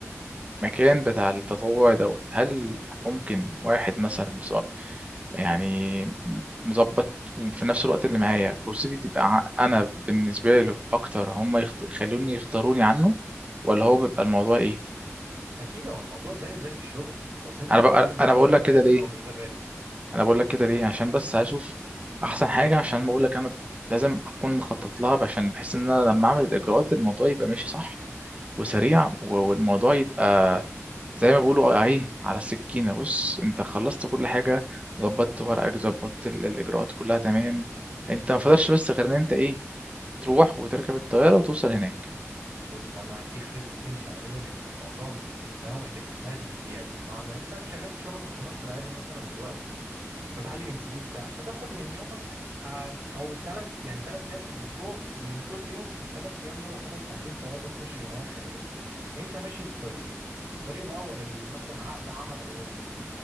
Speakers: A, on the right; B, on the right.
A: المكان بتاع التطوع دوت هل ممكن واحد مثلا مظبط يعني م- مظبط في نفس الوقت اللي معايا فرصتي تبقى ع- أنا بالنسبة له أكتر هم يخت... يخلوني يختاروني عنه ولا هو بيبقى الموضوع إيه؟
B: اكيد هو الموضوع زيه زي الشغل بس انت
A: انا
B: بتتكلم
A: ببقى
B: اللي
A: انا
B: هو
A: بقول
B: ده براتب
A: لك كده ليه
B: او من غير راتب
A: انا بقول لك كده ليه عشان بس هشوف احسن حاجه عشان ما اقول لك انا لازم اكون مخطط لها عشان بحس ان انا لما اعمل الاجراءات الموضوع يبقى ماشي صح وسريع و- والموضوع يبقى زي ما بيقولوا ايه على السكينه بص انت خلصت كل حاجه ظبطت ورقك ظبطت ال- الاجراءات كلها تمام انت ما فضلش بس غير ان انت ايه تروح وتركب الطياره وتوصل هناك
B: بص انا هديك خطة تمشي عليها لان الموضوع ما هو الاجتهاد زيادة معنى انت شغال في شغلك في مصر عادي مثلا دلوقتي وبتعلي من السي في بتاعك هتاخد من يومك ع- او ثلاث يعني ثلاث ايام في الاسبوع ومن كل يوم من الثلاث ايام دول هتاخد ساعتين ثلاثه تخش جمعيه خيريه انت ماشي في طريقين الطريق الاول ال- مثلا عقد عمل او